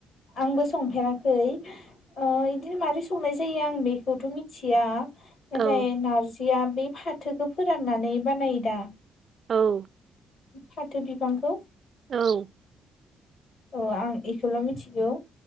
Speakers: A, on the left (about 60°); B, on the right (about 50°).
A: आंबो संफेराखै। ओ इदिनो माबोरै संनाय जायो आं बेखौथ' मिथिया। नाथाइ
B: औ
A: नारजिखो। बिया बे फाथोखौ फोराननानै बानायो दा।
B: औ
A: फाथो बिफांखौ।
B: औ
A: औ आं इखौल' मिथिगौ।